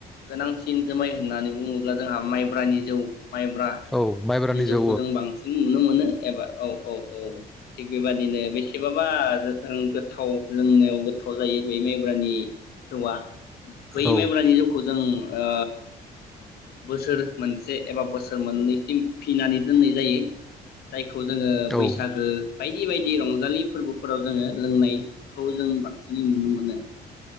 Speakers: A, on the left; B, in the centre.
A: गोनांसिन जोमाय होननानै बुङो अब्ला जोंहा माइब्रानि जौ माइब्रा
B: औ माइब्रानि
A: नि जौखौ
B: जौ
A: जों बांसिन नुनो मोनो एबा औ औ औ। थिग बेबादिनो बेसेबाबा रो ओं गोथाव लोंनो गोथाव जायो बे माइब्रानि जौआ। बै
B: औ
A: माइब्रानि जौखौ जों ओ बोसोर मोनसे एबा बोसोर मोननैसिम फिनानै दोननाय जायो जाय खौ जोङो बैसागो
B: औ
A: बायदि बायदि रंजालि फोरबोफोराव जोङो लोंनायखौ जों बांसिन नुनो मोनो